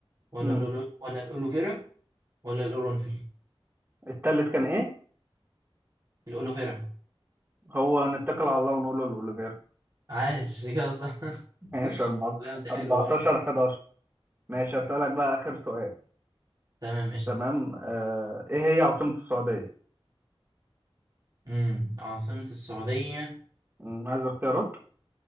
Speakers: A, on the right; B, on the right.
A: ولا
B: مم.
A: الأولو... ولا الألوفيرا ولا القرنفل
B: التالت كان إيه؟
A: الألوفيرا
B: هو نتكل على الله ونقول له الأوليفيرا
A: عاش كده صح <laughs>
B: <laughs> ماشي
A: لا انت حلو
B: 14
A: برضه
B: 11 ماشي أسألك بقى آخر سؤال
A: تمام قشطة
B: تمام آه، إيه هي عاصمة السعودية؟
A: امم عاصمة السعودية
B: مم، عايز اختيارات؟